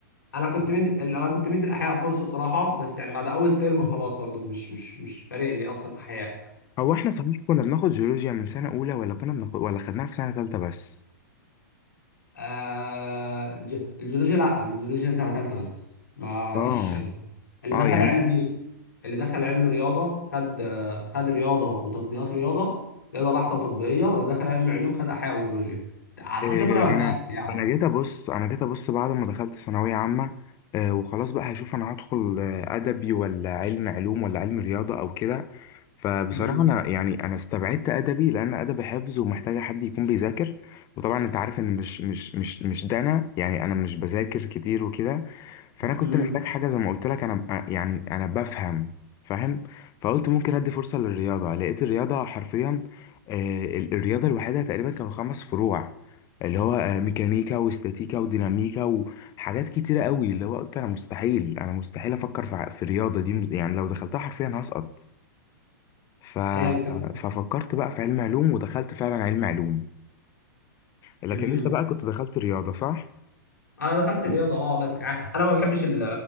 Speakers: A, on the left; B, on the left.
A: انا كنت مد... انا كنت مدي الاحياء فرصه صراحه بس يعني بعد اول ترم خلاص برضو مش مش مش فارق لي اصلا احياء
B: هو احنا صحيح كنا بناخد جيولوجيا من سنة أولى ولا كنا بناخد ولا خدناها في سنة تالتة بس
A: آه الج- الجيولوجيا لا الجيولوجيا سنة تالتة بس ما
B: اه
A: فيش سنة. اللي
B: اه
A: دخل
B: يعني
A: علمي اللي دخل علم رياضة خد آه، خد رياضة وتطبيقات رياضة رياضة بحتة وتطبيقية واللي دخل علم علوم خد أحياء وجيولوجيا على حسب
B: إيه،
A: أنا ما
B: انا
A: فاكر يعني
B: انا جيت ابص انا جيت ابص بعد ما دخلت ثانويه عامه آه، وخلاص بقى هشوف انا هدخل آه، ادبي ولا علم علوم ولا علم رياضه او كده فبصراحه
A: امم
B: انا يعني انا استبعدت ادبي لان ادبي حفظ ومحتاجه حد يكون بيذاكر وطبعا انت عارف ان مش مش مش مش ده انا يعني انا مش بذاكر كتير وكده فانا كنت
A: امم
B: محتاج حاجه زي ما قلت لك انا ب- يعني انا بفهم فاهم فقلت ممكن ادي فرصه للرياضه لقيت الرياضه حرفيا آه، الرياضه الوحيده تقريبا كانوا خمس فروع اللي هو آه، ميكانيكا واستاتيكا وديناميكا وحاجات كتيرة قوي اللي هو قلت انا مستحيل انا مستحيل افكر في ع- في الرياضة دي يعني لو دخلتها حرفيا هسقط ف...
A: هي الفكرة
B: ففكرت بقى في علم علوم ودخلت فعلا علم علوم لكن
A: امم
B: انت بقى كنت دخلت رياضة صح؟
A: أنا دخلت رياضة أه بس يعني أنا ما بحبش ال